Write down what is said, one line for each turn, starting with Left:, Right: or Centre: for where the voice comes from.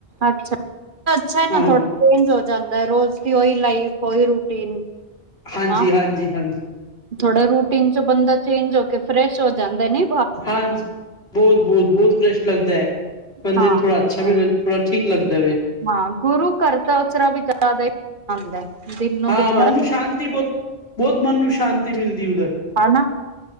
Right: ਅੱਛਾ ਅੱਛਾ ਨਾ
Left: ਹਾਂ
Right: ਥੋੜਾ ਚੇਂਜ ਹੋ ਜਾਂਦਾ ਐ ਰੋਜ਼ ਦੀ ਓਈ ਲਾਈਫ ਓਈ ਰੂਟੀਨ
Left: ਹਾਂਜੀ-ਹਾਂਜੀ-ਹਾਂਜੀ।
Right: ਹਾਂ ਥੋੜਾ ਰੂਟੀਨ ਚੋਂ ਬੰਦਾ ਚੇਂਜ ਹੋ ਕੇ ਫਰੈਸ਼ ਹੋ ਜਾਂਦਾ ਨੇ।
Left: ਹਾਂਜੀ, ਬੋਤ-ਬੋਤ-ਬੋਤ ਫਰੈਸ਼ ਲੱਗਦਾ ਐ ਬੰਦੇ
Right: ਹਾਂ।
Left: ਨੂੰ ਥੋੜਾ ਅੱਛਾ <unintelligible> ਥੋੜਾ ਠੀਕ ਲੱਗਦਾ ਵੇ।
Right: ਹਾਂ ਗੁਰੂ ਘਰ ਤਾਂ ਉਸਰਾ ਵੀ ਜਾਦਾ ਹੀ ਆਂਦਾ। ਦਿਲ ਨੂੰ
Left: ਹਾਂ
Right: ਵੀ ਥੋੜਾ
Left: ਮਨ ਨੂੰ ਸ਼ਾਂਤੀ ਬੋਤ ਬੋਤ ਮਨ ਨੂੰ ਸ਼ਾਂਤੀ ਮਿਲਦੀ ਉੱਧਰ।
Right: ਹਨਾ